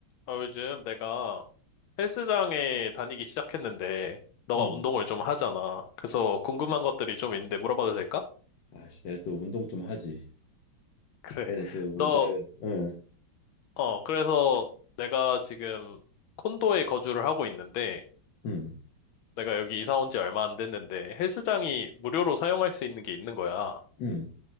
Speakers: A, on the left; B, on the left.
A: 아, 요즘 내가 헬스장에 다니기 시작했는데, 너가
B: 음.
A: 운동을 좀 하잖아. 그래서 궁금한 것들이 좀 있는데 물어봐도 될까? <laughs>
B: 아씨, 내가 또 운동 좀 하지.
A: 그래.
B: 네, 저,
A: 너,
B: 내, 예,
A: 어, 그래서 내가 지금 콘도에 거주를 하고 있는데,
B: 음,
A: 내가 여기 이사 온 지 얼마 안 됐는데, 헬스장이 무료로 사용할 수 있는 게 있는 거야.
B: 음,